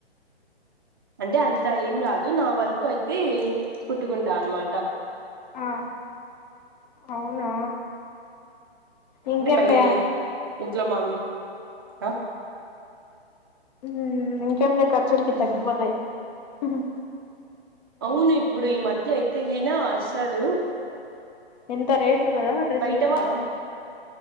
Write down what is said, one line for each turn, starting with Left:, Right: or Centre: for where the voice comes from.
Right: అంటే అంత ఏం రాదు నా వరకు అయితే కుట్టుకుంటా అన్నమాట.
Left: ఆ అవునా ఇంకేములె
Right: అంటే బయ ఇంట్లో మామ్ అ
Left: మ్ ఇంకమలే ఖర్చులకు
Right: ఉమ్
Left: తగ్గి పోతాయ్ హ్హ్
Right: అవును ఇప్పుడు ఈ మధ్య అయితే గినా అస్సలు
Left: ఎంత రేట్లు కదా డ్రెస్సులు?
Right: బయట వా